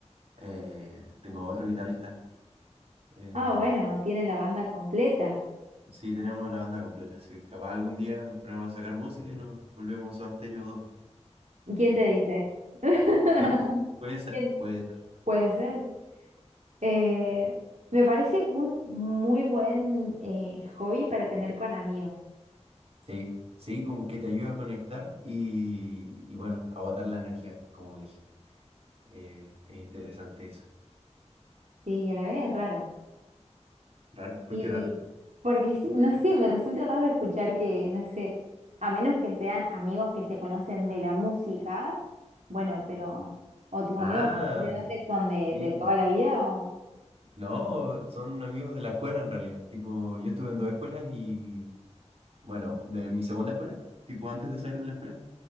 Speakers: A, on the right; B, on the right.
A: eh, tengo otro guitarrista. eh,
B: Ah, bueno, tienen la banda completa.
A: Sí, tenemos la banda completa. Sí, capaz algún día nos ponemos a sacar música y nos volvemos a Stereo 2.
B: ¿Quién te dice? <laughs>
A: ¿Ah? Puede ser,
B: ¿Quién?
A: puede ser.
B: Puede ser. Eh, me parece un muy buen eh, hobby para tener con amigos,
A: Sí, sí, como que te ayuda a conectar y, y bueno, a botar la energía, como dije. Eh, es interesante eso.
B: sí, y a la vez es raro.
A: Raro, ¿por
B: Y,
A: qué raro?
B: y porque, sí, no sé, me resulta raro escuchar que, no sé, a menos que sean amigos que se conocen de la música, bueno, pero, o tus amigos,
A: Ah,
B: ¿de dónde son? ¿De,
A: sí.
B: de toda la vida? O...
A: No, son amigos de la escuela en realidad. Tipo, yo estuve en dos escuelas y, bueno, de mi segunda escuela, tipo antes de salir de la escuela,